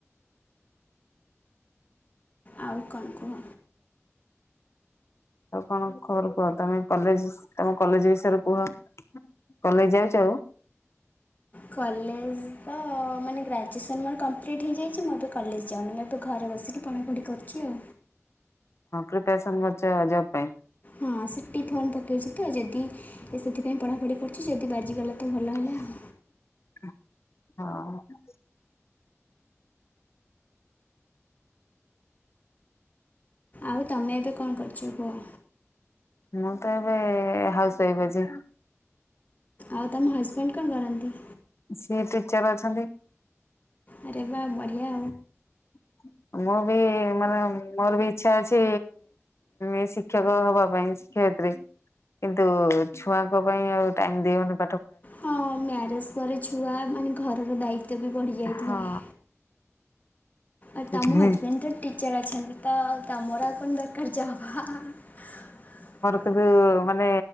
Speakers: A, on the left; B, on the left.
A: ଆଉ କଣ କୁହ।
B: ଆଉ କଣ ଖବର କୁହ? ତମେ କଲେଜ ତମ କଲେଜ ବିଷୟରେ କୁହ। କଲେଜ ଯାଉଛ ଆଉ।
A: କଲେଜ ତ ମାନେ ଗ୍ରାଜୁଏସନ୍ ମୋର କମ୍ପ୍ଲିଟ୍ ହେଇଯାଇଛି। ମୁଁ ଏବେ କଲେଜ ଯାଉନି ମୁଁ ଏବେ ଘରେ। ବସିକି ପଢ଼ାପଢ଼ି କରୁଛି ଆଉ।
B: ପ୍ରିପରେଶନ କରୁଛ ଜବ ପାଇଁ।
A: ହଁ ସେ ଟି ଫର୍ମ ପକାଇଛି ତ ଯଦି ସେଥିପାଇଁ ପଢ଼ାପଢ଼ି କରୁଛି ଯଦି ବାଜିଗଲା। ତ
B: <unintelligible>
A: ଭଲ ହେଲା ଆଉ
B: ହଁ।
A: ଆଉ ତମେ ଏବେ କଣ କରୁଛ କୁହ?
B: ମୁଁ ତ ଏବେ ହାଉସ ୱାଇଫ ଅଛି।
A: ଆଉ ତମ ହଜବେଣ୍ଡ କଣ କରନ୍ତି?
B: ସିଏ ଟିଚର ଅଛନ୍ତି।
A: ଆରେ ବା ବଢ଼ିଆ।
B: <inaudible> ମୁଁ ବି ମାନେ ମୋର ବି ଇଚ୍ଛା ଅଛି ଏ ଶିକ୍ଷକ ହବା ପାଇଁ ଶିକ୍ଷୟ- ବି କିନ୍ତୁ ଛୁଆଙ୍କ ପାଇଁ ଆଉ ଟାଇମ ଦେଇ ହବନି।
A: ହଁ ମ୍ୟାରେଜ ପରେ ଛୁଆ ମାନେ ଘରର ଦାୟିତ୍ୱ ବି ବଢି ଯାଇଥାଏ।
B: ହଁ।
A: ଆଉ
B: ସେଥିପାଇଁ
A: ତମ ହଜବେଣ୍ଡ ତ ଟିଚର ଅଛନ୍ତି ତ- ତମର ଆଉ କଣ ଦରକାର ଯବ ହ ହ ହ।
B: ସେଠୁ ମାନେ